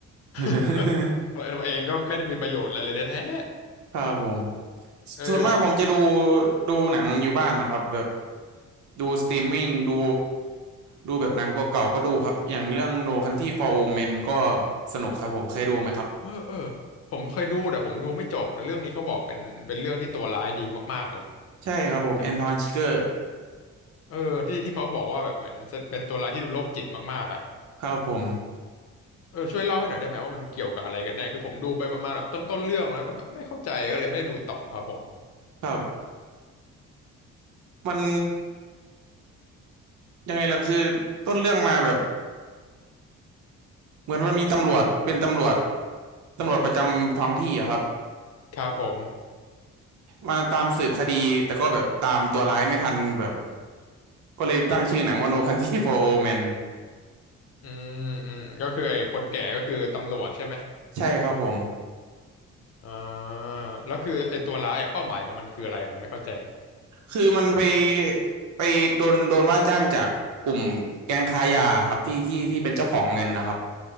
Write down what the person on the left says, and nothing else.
<laughs> เพราะตัวเองก็ไม่ได้มีประโยชน์อะไรเลยแท้
ๆเออ
เออเออผมเคยดูแต่ผมดูไม่จบเรื่องนี้เขาบอกเป็นเป็นเรื่องที่ตัวร้ายดีมากๆเลย
ใช่ไหมเออที่ที่เขาบอกว่าแบบเหมือนเป็นตัวร้ายที่ดูโรคจิตมากๆอ่ะ
เออช่วยเล่าให้หน่อยได้ไหมว่ามันเกี่ยวกับอะไรกันแน่คือผมดูไปประมาณแบบต้นต้นเรื่องแล้วก็แบบไม่เข้าใจก็เลยไม่ได้ดูต่อครับผม
ครับผม
อืมอืมก็คือไอ้คนแก่ก็คือตำรวจใช่ไหม
อ่าแล้วคือไอ้ตัวร้ายอะเป้าหมายของมันคืออะไรผมไม่เข้าใจ